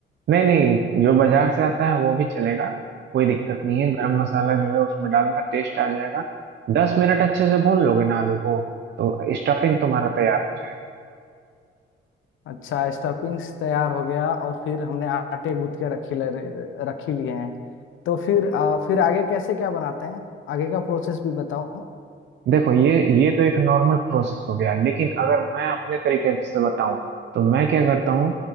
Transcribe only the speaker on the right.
नहीं नहीं जो बाजार से आता है वो भी चलेगा कोई दिक्कत नहीं है गरम मसाला जो है उसमें डालना टेस्ट आ जाएगा दस मिनट अच्छे से भून लोगे ना आलू को तो स्टफिंग तुम्हारा तैयार हो जाएगा
देखो ये ये तो एक नॉर्मल प्रोसेस हो गया लेकिन अगर मैं अपने तरीके से बताऊं तो मैं क्या करता हूँ